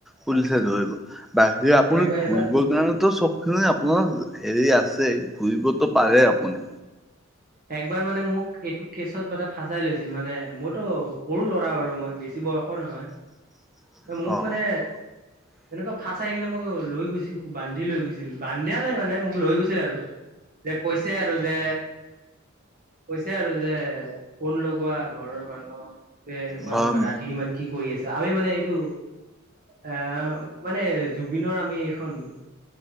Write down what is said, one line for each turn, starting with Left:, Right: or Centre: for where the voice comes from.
Centre: পুলিচে ধৰিব বাহিৰে আপুনি
Right: একবাৰ
Centre: ঘুৰিবৰ
Right: এবাৰ
Centre: কাৰণো চ, আপোনাৰ হেৰি আছে ঘূৰিবতো পাৰে আপুনি।
Right: একবাৰ মানে মোক এইটো কেচত মানে ফাচাই লৈছিল মানে, মইতো সৰু ল'ৰা বাৰু মই বেছি বয়স ৰ নহয়।
Centre: <inaudible>
Right: মোক মানে
Centre: <inaudible>
Right: তেনেকুৱা ফাচ আহাই কিনে মোক লৈ গৈছিল বান্ধি লৈ গৈছিল, বান্ধিয়া নাই মানে মোক লৈ গৈছিল আৰু। যে কৈছে আৰু যে কৈছে আৰু যে ফোন লগোৱা ঘৰৰ মানুহক যে এনেকুৱা-এনেকুৱা,
Centre: ঘৰ
Right: ৰাতি ইমান কি কৰি আছা? আমি মানে এইটো এ মানে জুবিনৰ আমি এইখন